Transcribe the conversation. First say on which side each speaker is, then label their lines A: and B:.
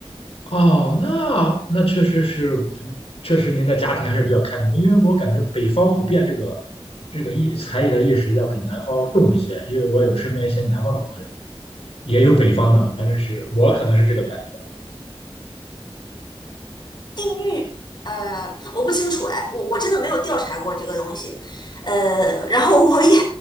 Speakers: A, on the left (about 85°); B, on the left (about 50°).
A: 哦，那那确实是不，确实您的家庭还是比较开明，因为我感觉北方普遍这个这个意才艺的意识要比南方重一些，因为我有身边一些南方的朋友，也有北方的，反正是我可能是这个感觉。
B: 地域，呃，我不清楚哎，我我真的没有调查过这个东西，呃，然后我也